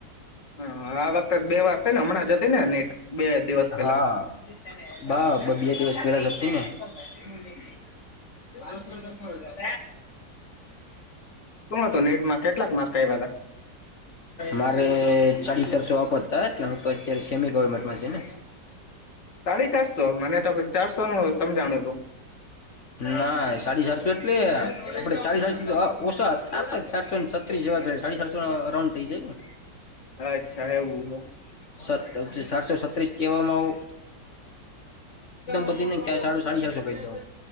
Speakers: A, on the left (about 80°); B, on the left (about 45°).
A: હા આ વખતે બે વાર થઈ ને હમણાં જ હતી ને નીટ બે દિવસ પેલા
B: હા બ બે દિવસ પેલા. છેને. િ ગાસ ન મારો.
A: શું હતું નીટમાં કેટલાક માર્ક આવ્યા હતા
B: મારે સાડી ચારસો આપપરતા એટ હ તો અત્યારે. કેમી ગવર્મેન્ટમાં છેને.
A: સાડી ચારસો મને તો કંઈક ચારસો નું સમજાણું હતું
B: ના સાડી ચારસો. એ <unintelligible> આપડે ચા ચ ઓછો હતા આપડે ચારસો ને છત્રીસ જે. સાડી સાતસો રાઉન્ડ થઈ જાય ને.
A: અચ્છા
B: <inaudible>
A: એવું
B: સત સાતસો છત્રીસ કેવામાં આવ. બધી ને ક્યાં સાડું સાડી ચારસો કહી દઉં